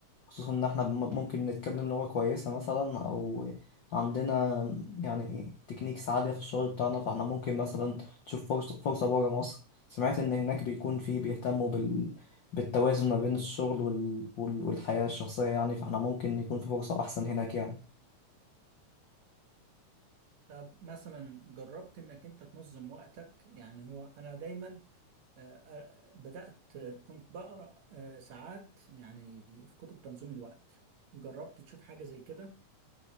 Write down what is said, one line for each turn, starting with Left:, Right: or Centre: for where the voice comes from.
Left: خصوصا إن إحنا بم- ممكن نتكلم لغة كويسة مثلا أو عندنا يعني تكنيكس عالية في الشغل بتاعنا فإحنا ممكن مثلا نشوف فرصة فرصة برا مصر سمعت إن هناك بيكون في بيهتموا بال... بالتوازن ما بين الشغل وال... وال... والحياة الشخصية يعني فإحنا ممكن يكون في فرصة أحسن هناك يعني
Right: طب مثلا جربت انك انت تنظم وقتك يعني هو انا دايما آه، آه، بدأت آه، كنت بقرأ آه، ساعات يعني في كتب تنظيم الوقت جربت تشوف حاجة زي كده